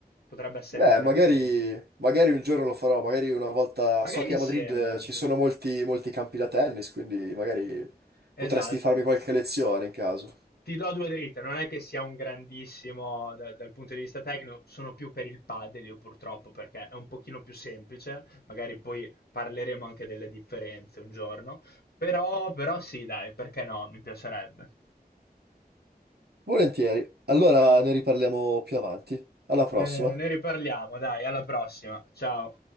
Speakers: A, on the left; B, on the right.
A: potrebbe essere
B: Beh,
A: divertente.
B: magari, magari un giorno lo farò, magari una volta...
A: Magari
B: So che
A: insieme
B: a Madrid eh,
A: anche.
B: ci sono molti, molti campi da tennis, quindi magari potresti
A: Esatto.
B: farmi qualche lezione in caso.
A: Ti do due dritte, non è che sia un grandissimo da- dal punto di vista tecnico, sono più per il padel io purtroppo perché è un pochino più semplice, magari poi parleremo anche delle differenze un giorno, però, però sì, dai, perché no, mi piacerebbe.
B: Volentieri. Allora ne riparliamo più avanti. Alla prossima.
A: ne ne riparliamo, dai, alla prossima, ciao.